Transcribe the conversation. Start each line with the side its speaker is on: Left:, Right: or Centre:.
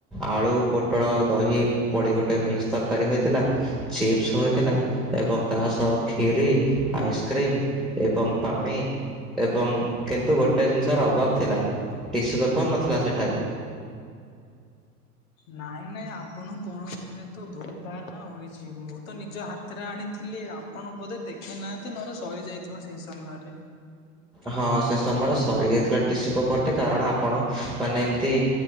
Centre: ଆଳୁ, ପୋଟଳ, ଦହି ପଡ଼ି ଗୋଟେ ମିକ୍ସ ତରକାରୀ ହୋଇଥିଲା ଚିପ୍ସ ହୋଇଥିଲା ଏବଂ ତା ସହ ଖିରି, ଆଇସ୍କ୍ରିମ ଏବଂ ପାଣି ଏବଂ କିନ୍ତୁ ଗୋଟେ ଜିନିଷର ଅଭାବ ଥିଲା, ଟିସୁ ପେପର ନଥିଲା ସେଠାରେ।
Left: ନାଇଁ ନାଇଁ ଆପଣଙ୍କୁ କୌଣସି ହୁଏତ ଭୁଲ ଧାରଣା ହୋଇଛି। ମୁଁ ତ ନିଜ ହାତରେ ଆଣିଥିଲି ଲି ଆପଣ ବୋଧେ ଦେଖିନାହାଁନ୍ତି, ନହେଲେ ସରି ଯାଇଥିବ ସେଇ ସମୟରେ।
Centre: ହଁ ସେ ସମୟରେ ସରିଯାଇଥିଲା ଟିସୁ ପେପରଟି କାରଣ ଆପଣ ମାନେ ଏମତି